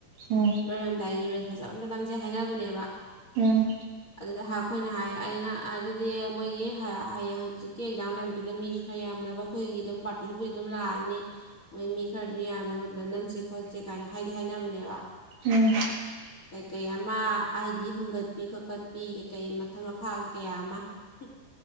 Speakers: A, on the right (about 80°); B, on the left (about 30°).
A: ꯎꯝ
B: ꯂꯣꯏꯔꯝꯗꯥꯏꯒꯤ ꯐꯖꯕ ꯑꯝꯇ ꯅꯝꯖꯩ ꯍꯥꯏꯅꯕꯅꯦꯕ
A: ꯎꯝ
B: ꯑꯗꯨꯗ ꯑꯩꯈꯣꯏꯅ ꯍꯥꯏ ꯑꯩꯅ ꯑꯗꯨꯗꯤ ꯃꯣꯏꯒꯤ ꯍꯌꯦꯡ ꯍꯪꯆꯤꯠꯀꯤ ꯑꯦꯛꯖꯥꯝ ꯂꯩꯕꯗꯨꯗ ꯃꯤꯁꯨ ꯈꯔ ꯌꯥꯝꯅꯕ ꯑꯩꯈꯣꯏꯒꯤ ꯑꯗꯨꯝ ꯄꯥꯔꯇꯤꯗꯨꯕꯨꯗꯤ ꯑꯗꯨꯝ ꯂꯥꯛꯑꯅꯤ ꯃꯣꯏ ꯃꯤ ꯈꯔꯗꯤ ꯌꯥꯅꯕꯗꯨꯗ ꯅꯝꯁꯦ ꯈꯣꯠꯁꯦ ꯀꯥꯏꯅ ꯍꯥꯏꯗꯤ ꯍꯥꯏꯅꯕꯅꯦꯕ
A: ꯎꯝ
B: ꯀꯌꯥ ꯑꯃ ꯑꯥꯏꯗꯤ ꯍꯨꯡꯒꯠ ꯀꯠꯄꯤ ꯈꯣꯠꯀꯠꯄꯤ ꯀꯩ ꯀꯩ ꯃꯈꯜ ꯃꯈꯥꯒꯤ ꯀꯌꯥ ꯑꯃ ꯍ